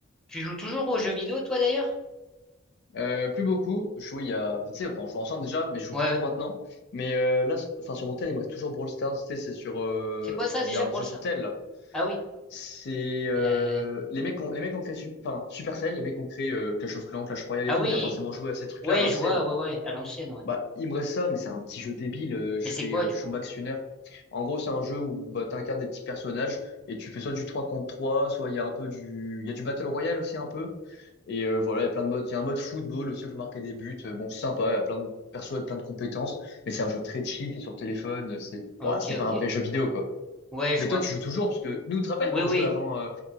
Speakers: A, in the centre; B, on the left (about 55°).
A: Tu joues toujours aux jeux vidéo, toi d'ailleurs?
B: Euh, plus beaucoup. Je jouais il y a, tu sais, enfin, on jouait ensemble déjà, mais je joue
A: Ouais,
B: plus trop
A: ouais.
B: maintenant. Mais euh, là, s- enfin, sur mon tel, il me reste toujours Brawl Stars. Tu sais, c'est sur, euh...
A: C'est quoi ça
B: bah,
A: déjà,
B: c'est un
A: Brawl
B: jeu
A: Stars?
B: sur tel. là.
A: Ah oui.
B: C'est euh...
A: Euh...
B: les mecs, ont... les mecs ont créé, Sup- enfin, Supercell, les mecs ont créé euh, Clash of Clans, Clash Royale
A: Ah
B: et tout.
A: oui.
B: T'as forcément joué à ces trucs-là
A: Ouais,
B: à l'ancienne.
A: je vois, ouais, ouais, à l'ancienne, ouais.
B: Bah, il me reste ça, mais c'est un petit jeu débile. euh, je
A: Mais c'est
B: fais,
A: quoi
B: euh,
A: du
B: je
A: coup?
B: joue Max Sunner. En gros, c'est un jeu où bah, tu incarnes des petits personnages et tu fais soit du 3 contre 3, soit il y a un peu du, il y a du Battle Royale aussi un peu. Et euh, voilà, il y a plein de modes. Il y a un mode football aussi où il faut marquer des buts. Euh, Bon, c'est sympa, il y a plein de persos avec plein de compétences, mais c'est un jeu très chill, c'est sur téléphone, c'est
A: Ok,
B: bah, c'est pas
A: ok.
B: un vrai jeu vidéo quoi.
A: Ouais, je
B: Mais
A: vois.
B: toi, tu joues toujours parce que nous, tu te rappelles
A: Oui,
B: quand
A: oui.
B: on jouait avant, euh, tu